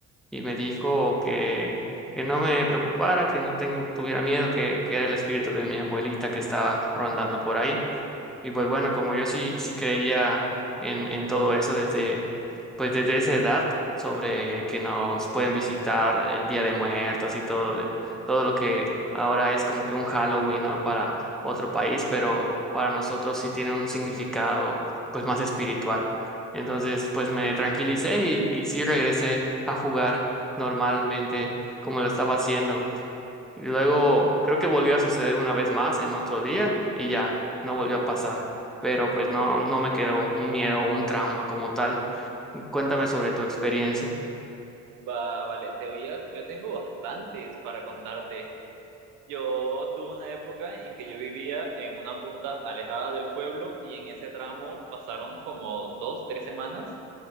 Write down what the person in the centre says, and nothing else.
Y me dijo que, que no me preocupara, que no tengo, tuviera miedo, que, que era el espíritu de mi abuelita que estaba rondando por ahí. Y pues bueno, como yo sí, sí creía en, en todo eso desde, pues desde esa edad, sobre que nos pueden visitar el Día de Muertos y todo, de- todo lo que ahora es como que un Halloween, ¿no? Para otro país, pero para nosotros sí tiene un significado pues más espiritual. Entonces, pues me tranquilicé y, y sí regresé a jugar normalmente como lo estaba haciendo. Y luego creo que volvió a suceder una vez más en otro día y ya, no volvió a pasar. Pero pues no, no me quedó un miedo o un trauma como tal. Cuéntame sobre tu experiencia.